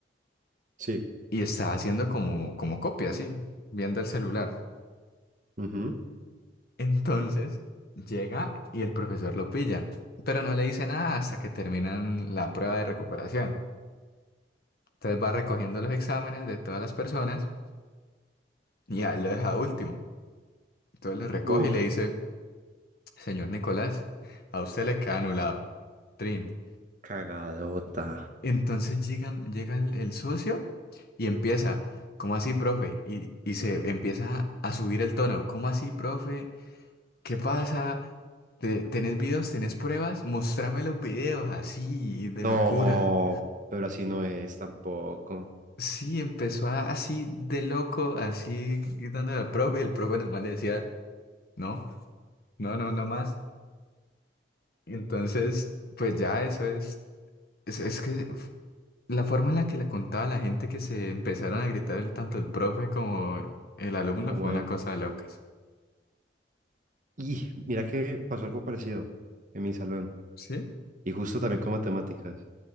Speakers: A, on the right; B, on the left.
A: Sí.
B: y está haciendo como, como copia, así, viendo el celular.
A: Ujú.
B: Entonces llega y el profesor lo pilla, pero no le dice nada hasta que terminan la prueba de recuperación. Entonces va recogiendo los exámenes de todas las personas y a él lo deja último. Entonces lo recoge
A: Uf,
B: y le dice, señor Nicolás, a usted le queda anulado. Trin.
A: cagadota.
B: Entonces llega, llega el, el socio y empieza, ¿cómo así, profe? Y, y se empieza a subir el tono, ¿cómo así, profe? ¿Qué pasa? Te- ¿Tenés videos? ¿Tenés pruebas? Mostrame los videos, así, de
A: No,
B: locura.
A: pero así no es tampoco,
B: Sí, empezó a- así de loco, así gritándole al profe, y el profe nomás le decía, no, no, no, no más. Entonces, pues ya eso es, es, es que f- la forma en la que le contaba a la gente que se empezaron a gritar el, tanto el profe como el alumno
A: como
B: fue una
A: él.
B: cosa de locas.
A: Y mira que pasó algo parecido en mi salón.
B: Sí,
A: Y justo también con matemáticas.